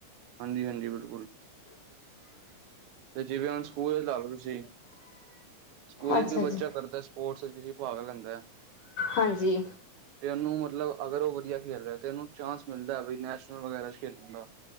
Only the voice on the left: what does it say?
ਅੱਛਾ
ਜੀ।
ਹਾਂਜੀ।